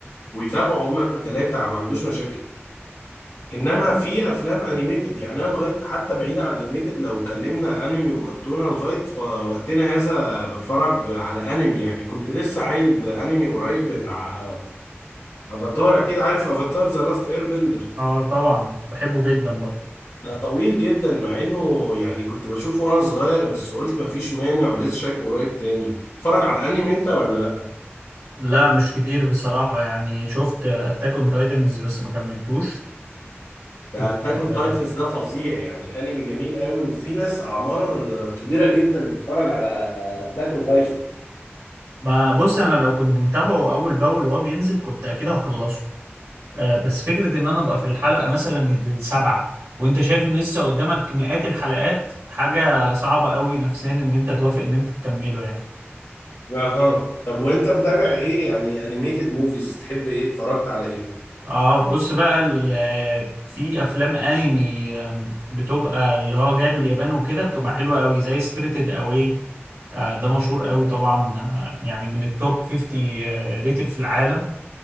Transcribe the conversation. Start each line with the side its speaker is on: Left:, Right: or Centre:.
Left: ويتابعوا هما الثلاثه ما عندوش مشاكل انما في افلام انيميتد يعني انا لغايه حتى بعيدا عن انيميتد لو اتكلمنا انمي وكرتونه لغايه ف- وقتنا هذا بتفرج على انمي يعني كنت لسه عايد انمي قريب بتاع افاتار اكيد عارف افاتار ذا لاست اير بندر
Right: آه طبعا بحبه جدا برضه
Left: ده طويل جدا مع انه يعني كنت بشوفه وانا صغير بس قلت مفيش مانع ولسه شايفه قريب تاني اتفرج على انمي انت ولا لا
Right: لا مش كتير بصراحة يعني شفت أتاك أون تايتنز بس ما كملتوش
Left: ده
Right: و...
Left: اتاك
Right: آه،
Left: اون تايتنز ده فظيع يعني انمي جميل قوي وفي ناس اعمار كبيره جدا بتتفرج على اتاك اون تايتنز
Right: ما بص أنا لو كنت متابعه أول بأول وهو بينزل كنت أكيد هخلصه آه، بس فكرة ان انا ابقى في الحلقة مثلا السابعة وانت شايف ان لسه قدامك مئات الحلقات حاجة صعبة قوي نفسيا ان انت توافق ان انت تكمله يعني
Left: اها طب وانت متابع ايه يعني انيميتد موفيز تحب ايه اتفرجت على ايه
Right: اه بص بقى ال- ال- في افلام انمي آم، بتبقى اللي هو جاي من اليابان وكده بتبقى حلوة قوي زي سبirited اواي آه ده مشهور قوي طبعا آه، يعني من التوب 50 ريتد في العالم